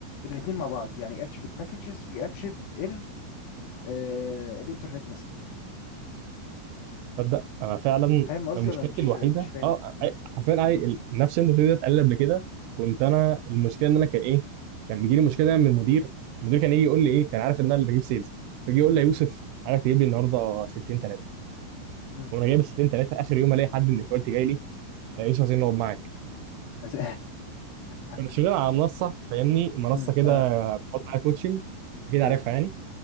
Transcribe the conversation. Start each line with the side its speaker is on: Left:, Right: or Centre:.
Left: الاتنين مع بعض يعني ياتشف الباكجز وياتشف ال آه، الانترنت مثلا
Right: تصدق انا فعلا
Left: فاهم قصدي
Right: مشكلتي
Left: ولا مش
Right: الوحيده
Left: مش فاهم
Right: اه
Left: مم،
Right: أي- حرفيا أي- ال- نفس اللي انت بتقول اتقل قبل كده كنت انا المشكله ان انا كان ايه كان بيجي لي مشكله دايما من المدير المدير كان يجي يقول لي ايه كان عارف ان انا اللي بجيب سيلز فيجي يقول لي يا يوسف عايزك تجيب لي النهارده 60 3
Left: مم.
Right: وانا جايب 60 3 اخر يوم الاقي حد من الكواليتي جاي لي آه، يوسف عايزين نقعد معاك
Left: أز- <laughs>
Right: انا شغال على منصه فاهمني منصه
Left: مم،
Right: كده
Left: اه
Right: بحط عليها كوتشنج اكيد عارفها
Left: اه
Right: يعني